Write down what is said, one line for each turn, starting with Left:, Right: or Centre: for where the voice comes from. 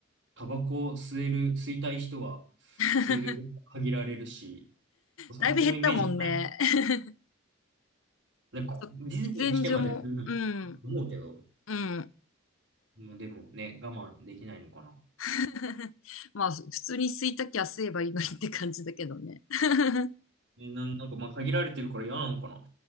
Right: タバコ吸える、吸いたい人は、
Left: <laughs>
Right: 吸える、限られるし、お酒のイメージがないもん。
Left: だいぶ減ったもんね。<laughs>
Right: なんか、
Left: そう、
Right: ディズニー来てまでするのか思うけど、
Left: 喫煙所も、うん。うん。
Right: まあ、でもね、我慢できないのかな。
Left: <laughs> まあ、普通に吸いたきゃ吸えばいいのにって感じだけどね。<laughs>
Right: え、なん、なんかまあ限られてるから嫌なのかな。